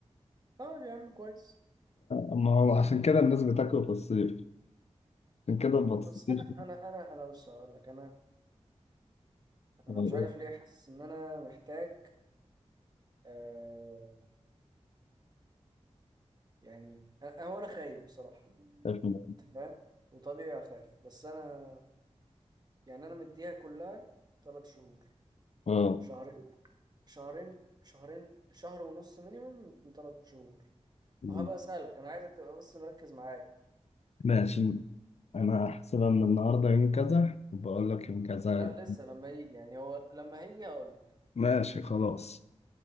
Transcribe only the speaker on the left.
ما هو عشان كده الناس بتاكله في الصيف عشان كده البطيخ
اه
خايف من
اه
مم.
ماشي انا هحسبها من النهارده يوم كذا وبقول لك يوم كذا
ماشي خلاص